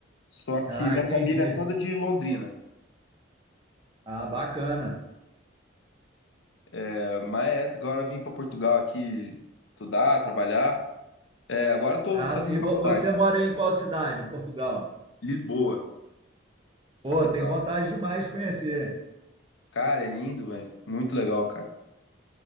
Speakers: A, on the left; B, on the right.
A: Só que
B: Ah,
A: minha
B: entendi.
A: família é toda de Londrina.
B: Ah, bacana.
A: É, mas agora eu vim para Portugal aqui estudar, trabalhar. É, agora eu tô
B: Ah,
A: fazendo
B: sim,
A: faculdade.
B: vo- você mora em qual cidade, em Portugal?
A: Lisboa,
B: Pô,
A: capital.
B: tem vontade demais de conhecer.
A: Cara, é lindo, velho. Muito legal, cara.